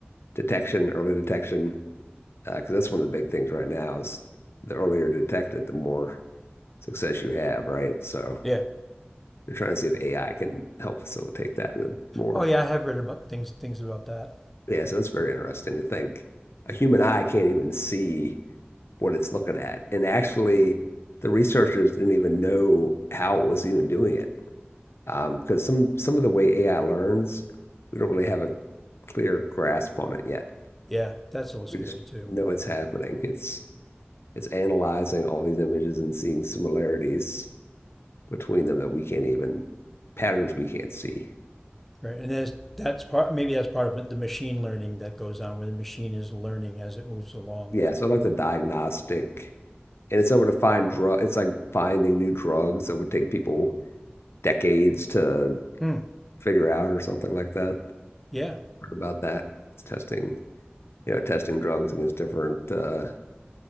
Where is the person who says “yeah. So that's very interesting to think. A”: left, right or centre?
Left